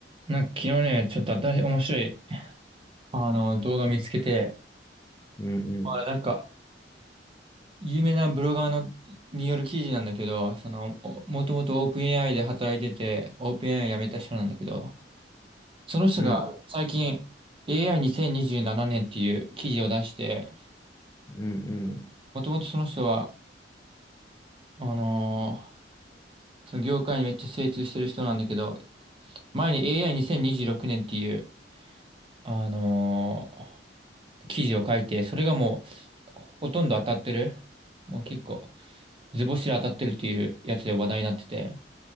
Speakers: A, on the right; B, on the left.
A: なんか昨日ね、ちょっと新しい、面白い、あの、動画見つけて、
B: うんうん。
A: まあ、なんか、有名なブロガーの、による記事なんだけど、その、おもともとオープン AI で働いてて、オープン AI 辞めた人なんだけど、その人が最近
B: うん
A: AI2027 年っていう記事を出して、
B: うんうん。
A: もともとその人は、あのーその業界にめっちゃ精通してる人なんだけど、前に AI2026 年っていう、あのー記事を書いて、それがもう、ほとんど当たってる。もう結構、図星で当たってるっていうやつで話題になってて、